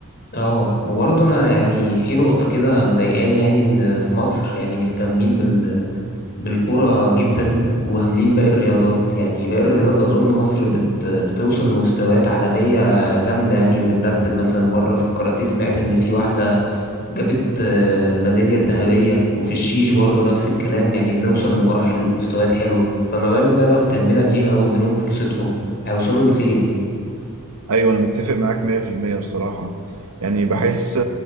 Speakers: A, on the left; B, on the right.
A: اه وبرضه انا يعني في نقطة كده مضايقاني يعني ان في مصر يعني مهتمين بال بالكرة جدا وهاملين باقي الرياضات يعني باقي الرياضات أظن مصر بت بتوصل لمستويات عالمية جامدة يعني وبنرتب مثلا مرة في الكاراتيه سمعت إن في واحدة جابت آه، ميدالية الذهبية وفي الشيش برضو نفس الكلام يعني بنوصل لمراحل ومستويات حلوة فما بالك بقى لو اهتمنا بيها واديناهم فرصتهم هيوصلوا لفين
B: ايوه انا متفق معاك 100% بصراحة يعني بحس